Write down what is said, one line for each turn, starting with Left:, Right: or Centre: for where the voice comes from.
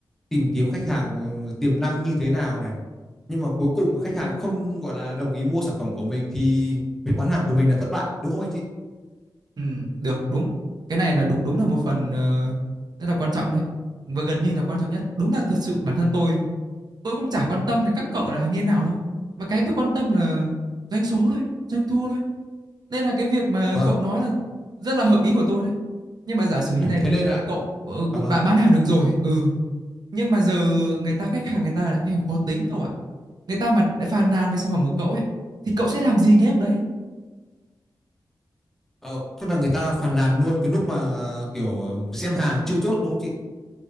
Centre: tìm kiếm khách hàng ừ, tiềm năng như thế nào này nhưng mà cuối cùng mà khách hàng không gọi là đồng ý mua sản phẩm của mình thì việc bán hàng của mình là thất bại đúng không anh chị
Right: Ừ, được đúng cái này là đúng đúng là một phần ờ, rất là quan trọng đấy và gần như là quan trọng nhất đúng là thật sự bản thân tôi tôi cũng chả quan tâm là các cậu là như thế nào đâu mà cái tôi quan tâm là doanh số thôi doanh thu thôi nên là cái việc mà
Centre: vâng
Right: cậu nói là rất là hợp ý của tôi đấy nhưng mà giả sử như
Centre: Đấy,
Right: này
Centre: thế
Right: đi
Centre: nên là
Right: cậu ờ,
Centre: à,
Right: cũng
Centre: vâng
Right: đã
Centre: vâng.
Right: bán hàng được rồi ừ nhưng mà giờ người ta khách hàng người ta là khách hàng khó tính cậu ạ người ta mà đã phàn nàn về sản phẩm của cậu ấy thì cậu sẽ làm gì ngay lúc đấy
Centre: ờ, tức là người ta phàn nàn luôn cái lúc mà kiểu ờ, xem hàng chưa chốt đúng không chị